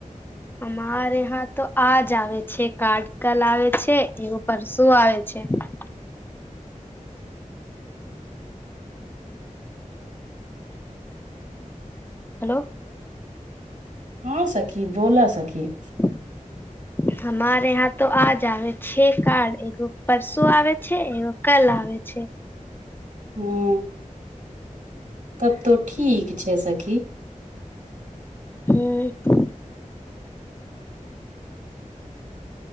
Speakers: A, on the left; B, on the right.
A: हमार यहां त आ जाबे छैय कार्ड कल आबे छैय एगो परसो आबे छैय। हेलो
B: हँ सखी बोल सखी।
A: ह। हमर यहाँ त आ जबे छैय कार्ड एगो परसू आबे छैय एगो कल आबे छैय।
B: हँ तब तो ठीक छैय सखी।
A: हूं